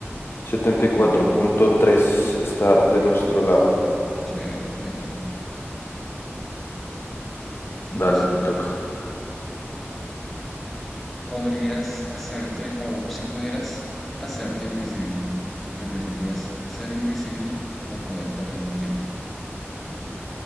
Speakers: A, on the left; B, in the centre.
A: setenta
B: aquí
A: y
B: para
A: cuatro
B: aquí.
A: punto tres está de nuestro lado.
B: Sí, es mejor. Listo.
A: Dale, te toca.
B: ¿Podrías hacerte, o si pudieras hacerte invisible, preferirías ser invisible o poder parar el tiempo?